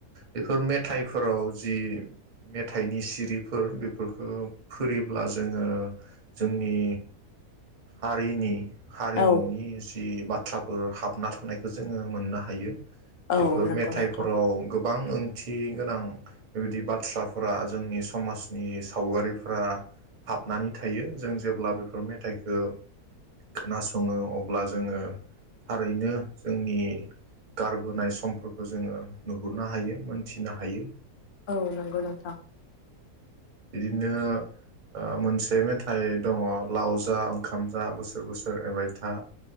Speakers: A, on the right (about 40°); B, on the left (about 55°).
A: बेफोर मेथाइफोराव जि मेथाइनि सिरिफोर बेफोरखो फोरियोब्ला जोङो जोंनि हारिनि हारिमुनि
B: औ
A: जि बाथ बाथ्राफोर हाबना थानायखौ जोङो मोननो हायो।
B: औ
A: बेफोर
B: नंगौ
A: मेथाइफोराव
B: नोंथां
A: गोब बां ओंथि गोनां बेबायदि बाथ्राफोरा जोंनि समाजनि सावगारिफोरा हाबनानै थायो जों जेब्ला बेफोर मेथाइखो खोनासङो अब्ला जोङो थारैनो जोंनि गारबोनाय समफोरखौ जोङो नुहुरनो हायो मोनथिनो हायो।
B: औ नंगौ नोंथां।
A: बिदिनो ओ मोनसे मेथाइ दङ' लाव जा ओंखाम जा बोसोर बोसोर एबायथा।